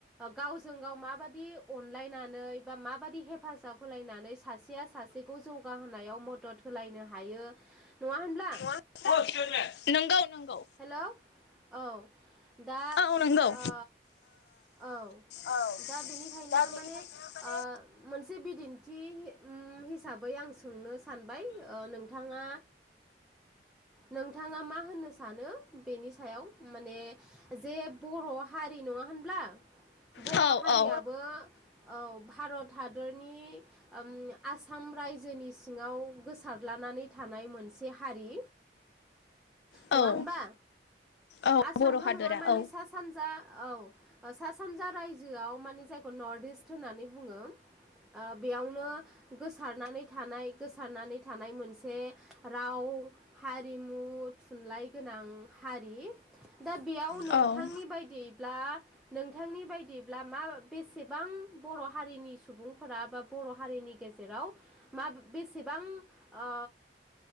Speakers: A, in the centre; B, on the left (about 65°).
A: गावजों गाव माबादि अनलायनानै बा माबादि हेफाजाब होलायनानै सासेया सासे बेखौ जौगाहोनायाव मदद होलायनो हायो। नङा होनब्ला?
B: <unintelligible> <unintelligible> नोंगौ नोंगौ।
A: हेल' औ दा
B: औ नंगौ
A: ओ औ
B: औ
A: दा बेनिखायनो
B: दा बेनिखायनो
A: माने
B: माने
A: ओ मोनसे बिदिन थि ओम हिसाबै आं सोंनो सानबाय ओ नोंथाङा नोंथाङा मा होननो सानो बेनि सायाव माने जे बर' हारि नङा होनब्ला? बर'
B: औ
A: हारियाबो
B: औ
A: औ भारत हादरनि ओम आसाम रायजोनि सिङाव गोसारलानानै थानाय मोनसे हारि।
B: औ
A: नङा होनबा?
B: औ
A: आसामल'
B: बर' हादरा
A: नङा मानि
B: औ
A: सा-सानजा औ सा-सानजा रायजोआव मानि‌ जायखौ नर्थ इस्ट होननानै बुङो। ओ बेयावनो गोसारनानै थानाय गोसारनानै थानाय मोनसे राव हा रिमु थुनलाइ गोनां हारि। दा बेयाव नोंथांनि
B: औ औ
A: बायदियै ब्ला नोंथांनि बायदिब्ला मा बेसेबां बर' हारिनि सुबुंफोरा बा बर' हारिनि गेजेराव मा बेसेबां ओ